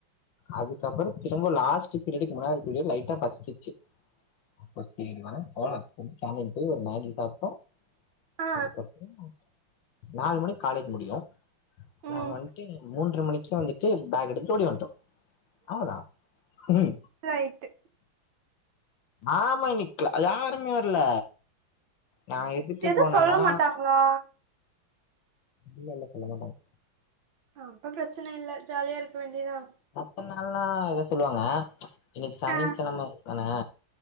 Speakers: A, on the left; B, on the right.
A: அதுக்கப்புற திரும்ப லாஸ்ட் லஞ்ச் பீரியடுக்கு முன்னாடி பீரியட் லைட்டா பசிச்சிடுச்சு கொஸ்ட்டினா போன போயிட்டு சாமியே கும்பிட்டு மேகி சாப்ட்டோம்
B: ஆ
A: அதுக்கபுற வந்து ஆ நாலு மணிக் காலேஜ் முடியும் நாங்க
B: ம்
A: வண்ட்டு மூன்ற மணிக் சோ வந்துட்டு பேக் எடுத்துட்டு ஓடி வண்ட்டோம் அவ்வளதா ம்
B: ரைட்டு
A: ஆமா இன்னிக்கல லா யாருமே வரல நான் எதுக்கு
B: எதுவு
A: போனேன்னா
B: சொல்ல மாட்டாங்களா
A: இல்ல இல்ல சொல்ல மாட்டாங்க
B: அ அப்ப பிரச்சனை இல்ல ஜாலியா இருக்க வேண்டியதா
A: பத்து நாள்லா எத சொல்லுவாங்க இன்னிக் சனிக்கிழம
B: ஆ
A: சொல்லுங்க